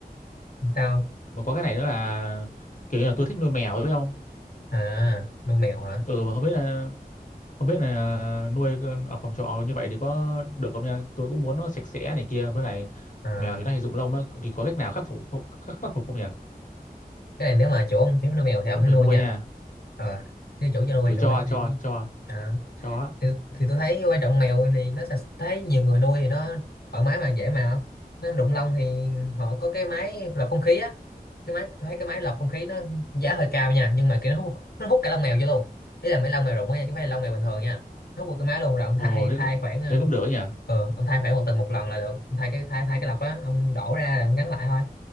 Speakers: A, on the left; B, on the left.
A: sao
B: mà có cái này nữa là kiểu như là tôi thích nuôi mèo đấy không
A: à nuôi mèo hả
B: ừ mà không biết là không biết là nuôi ở phòng trọ như vậy thì có được không nha tôi cũng muốn nó sạch sẽ này kia với lại
A: à,
B: mèo thì nó hay rụng lông á thì có cách nào khắc phục không- khắc, khắc phục không nhỉ
A: cái này nếu mà chủ ông cho phép nuôi mèo thì
B: mà
A: ông
B: vẫn
A: hắn
B: phải
A: nuôi
B: nuôi
A: nha
B: nha
A: ờ nếu chủ cho nuôi
B: chủ
A: thì nuôi
B: cho
A: thì,
B: cho cho
A: à,
B: cho á.
A: thì, thì tôi thấy quan trọng mèo thì nó sạch thấy nhiều người nuôi thì nó thoải mái mà dễ mà nó đụng lông thì họ có cái máy lọc không khí á cái máy tôi thấy cái máy lọc không khí nó giá hơi cao nha nhưng mà kiểu nó hút nó hút cả lông mèo vô luôn ý là mấy lông mèo rụng á nha chứ không phải là lông mèo bình thường nha nó hút vào cái máy luôn rồi ông
B: ồ
A: thay
B: thế
A: thay
B: cũng-
A: khoảng ờ
B: thế cũng được ấy nhỉ
A: ờ, ông thay khoảng một tuần một lần là được ông thay cái thay thay cái lọc đó ông đổ ra là ông gắn lại thôi